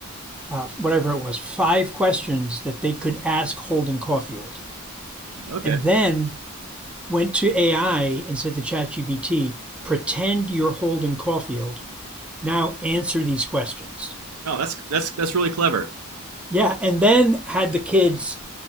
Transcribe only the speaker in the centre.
uh, whatever it was five questions that they could ask Holden Caulfield,
and then went to AI and said to ChatGPT, "Pretend you're Holden Caulfield. Now answer these questions."
Yeah, and then had the kids